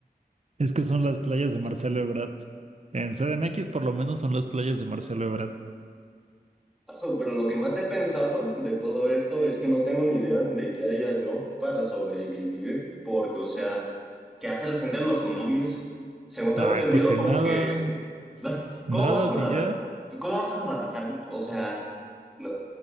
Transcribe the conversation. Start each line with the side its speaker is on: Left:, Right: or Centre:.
Right: Es que son las playas de Marcelo Ebrard. En CDMX por lo menos son las playas de Marcelo Ebrard.
Centre: So, Pero lo que más he pensado de todo esto es que no tengo ni idea de qué haría yo para sobrevivir, porque, o sea, ¿qué hace la gente en los tsunamis? Según tengo
Right: Ay,
Centre: entendido,
Right: pues en
Centre: como
Right: nada,
Centre: que eso. <laughs>
Right: nada
Centre: ¿Cómo vas a
Right: si
Centre: nadar?
Right: ya.
Centre: ¿Cómo vas a nadar? O sea, no,